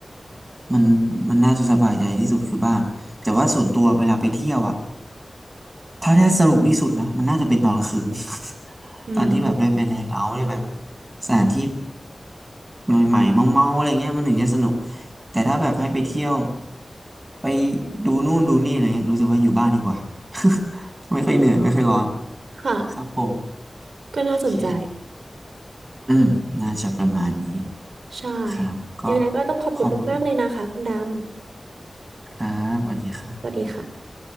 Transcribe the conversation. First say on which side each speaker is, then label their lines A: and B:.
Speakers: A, on the right; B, on the right.
A: มันมันน่าจะสบายใจที่สุดคือบ้านแต่ว่าส่วนตัวเวลาไปเที่ยวอะถ้าได้สนุกที่สุดนะมันน่าจะเป็นตอนกลางคืน
B: อืม
A: ตอนที่แบบได้ไปแดงเอาท์ได้แบบสถานที่ใหม่ๆเมาๆอะไรเงี้ยมันถึงจะสนุกแต่ถ้าแบบให้ไปเที่ยวไปดูนู่นดูนี่อะไรเงี้ยรู้สึกว่าอยู่บ้านดีกว่า <laughs> ไม่ค่อยเหนื่อยไม่ค่อยร้อน
B: ค่ะ
A: ครับผม
B: ก็น่าสนใจ
A: โอเคอืมน่าจะประมาณนี้
B: ใช่
A: ครับก็
B: ยังไงก็ต้องขอบคุณมาก
A: ขอบคุณ
B: ๆ เลยนะคะคุณดำ
A: ครับวันนี้ครับ
B: สวัสดีค่ะ